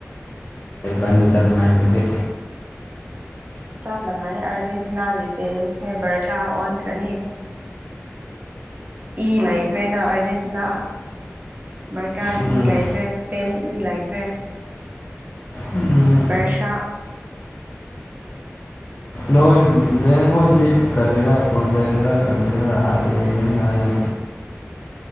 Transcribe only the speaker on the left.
ꯏꯕꯥꯟ ꯅꯤ ꯑꯗꯨꯗꯤ
ꯎꯝ
ꯎꯝ
ꯅꯣꯏ ꯖ ꯍꯣꯏꯒꯤ ꯀꯔꯦꯔꯥ ꯄ꯭ꯔꯣꯖꯦꯛꯗꯔꯥ ꯀꯕꯤꯁꯅꯔ ꯍꯥꯏ ꯌꯦꯡꯒꯅꯤ ꯍꯥꯏꯌꯦ